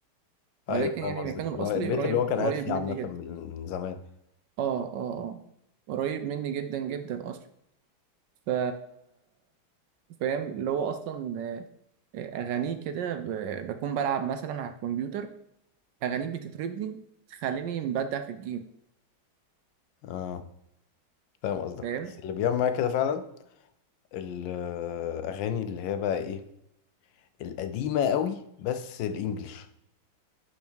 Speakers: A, on the right; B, on the left.
A: ولكن
B: ايوه فاهم
A: يعني
B: قصدك
A: مكانه الأصلي
B: اللي هو البيت
A: قريب
B: اللي هو كان
A: قريب
B: قاعد فيه
A: مني
B: عامة
A: جدا
B: من من زمان
A: اه اه اه قريب مني جدا جدا أصلا ف فاهم اللي هو أصلا آه، آه، أغانيه كده ب- بكون بلعب مثلا على الكمبيوتر أغانيه بتطربني تخليني مبدع في الجيم
B: اه فاهم قصدك
A: فاهم؟
B: بس اللي بيعمل معايا كده فعلا الأغاني اللي هي بقى ايه القديمة قوي بس الإنجليش